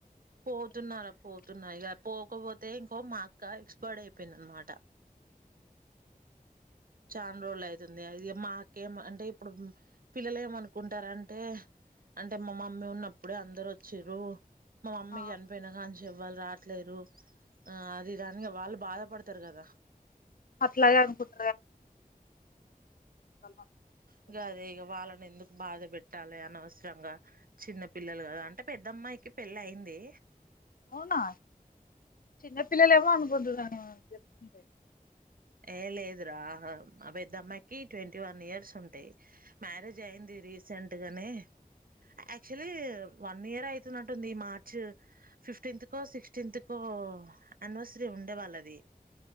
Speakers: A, on the right (about 70°); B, on the left (about 70°).
A: పోతున్నారా పోతున్నారు ఇక పోకపోతే ఇంకో మాకు ఇంకా ఎక్స్పర్ట్ అయిపోయింది అనమాట చాన్రోజులు అయితుంది అది మాకేం అంటే ఇప్పుడు పిల్లలు ఏమ అనుకుంటార అంటే అంటే మామమ్మీ ఉన్నప్పుడే అందరు వచ్చారు మా మమ్మీ
B: ఆ
A: చనిపోయిన కానీ చెవ్వాలి రా లేరు ఆ అది దానినికి వాళ్ళు బాధపడతారు కదా
B: అట్లాగే అనుకుంటు వాళ్ళ మమ్మీ పిలిచింది.
A: ఇక అదే ఇక వాళ్ళని ఎందుకు బాధ పెట్ట మల్లి అనవసరంగా చిన్న పిల్లలు కదా అంటే పెద్దమ్మాయికి పెళ్ళ అయింది
B: అవునా చిన్నపిల్లలు ఏమో అనుకుంటున్నాను చెప్తుంది
A: ఏ లేదు రా మా పెద్దమ్మాయికి ట్వంటీ వన్ ఇయర్స్ ఉంటాయి మ్యారేజ్ అయింది రీసెంట్గానే యాక్చువల్లీ వన్ ఇయర్ అవుతున్నట్టుంది మార్చ్ ఫిఫ్టీన్త్కో సిక్స్టీన్త్కో అనివర్సరీ ఉండే వాళ్ళది